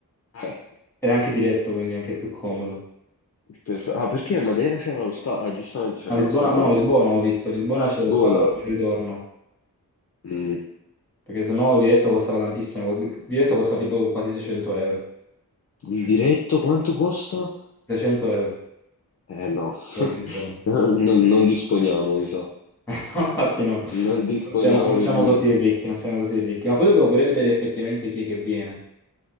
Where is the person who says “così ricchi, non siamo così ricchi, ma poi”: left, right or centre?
Centre